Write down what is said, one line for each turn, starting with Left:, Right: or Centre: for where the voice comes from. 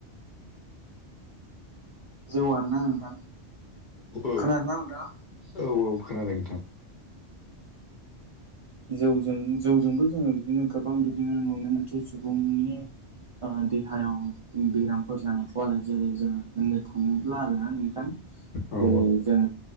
Right: जौआनो नाङा
Left: औ
Right: खोनादोना नोंथां।
Left: औ औ खोनादों नोंथां।
Right: जौजों जौजोंबो जोङो बिदिनो गोबां बिदिनो नुनो मोनसे सुबुंनि देहायाव बेरामफोर जानायखौ आरो जेरै जोङो होननो थाङोब्ला आरोना नोंथां
Left: औ
Right: जे जों